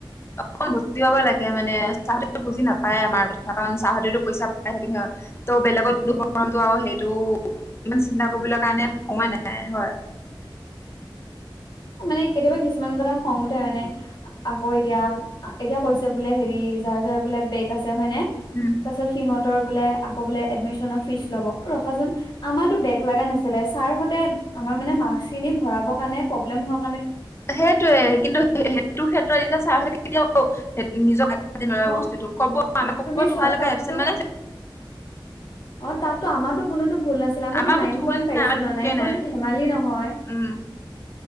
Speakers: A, on the left; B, on the left.
A: অকণ বুজিব পাব লাগে মানে চাহতিটো বুজি নাপায় আমাৰ কথা কাৰণ চাহতিতো পইচা পাই থাকে সিহঁত। ত বেলেগত দুখ মৰমটো আৰু সেইটো ইমান চিন্তা কৰিবলৈ কাৰণে সময় নাই হয়।
B: মানে কেতিয়াবা কিছুমান কথা খং উঠে মানে আকৌ এতিয়া, এতিয়া কৈছে বোলে হেৰি যাৰ যাৰ বোলে বেগ আছে হয়নে।
A: উম,
B: তাৰ পাছত সিহঁতৰ বোলে আকৌ বোলে এডমিশনৰ ফিজ ল'ব ৰখাচোন। আমাৰো বেগ লগা নাছিলে ছাৰ হতে আমাৰ মানে মাৰ্ক্সখিনি ভৰাবকৰণে প্ৰব্লেম হোৱা।
A: সেইটোয়ে কিন্তু সেইটো ক্ষেত্ৰত এতিয়া চাই হৈ থাকে কেতিয়াও নিজক,
B: অ
A: বস্তুটো ক'ব আমি ক'ব
B: তুমি
A: তোমালোকে
B: চোৱা তাততো
A: এচেণ্ট মানে,
B: অ তাতো আমাৰো কোনো ভুল নাছিলে আমিতো
A: আমাৰ
B: নাইন
A: ভুল
B: পইণ্ট
A: নাই
B: পাইছো
A: আমাৰ দোষে
B: ন নাইন
A: নাই
B: পইণ্টতো ধেমালি নহয়।
A: উম।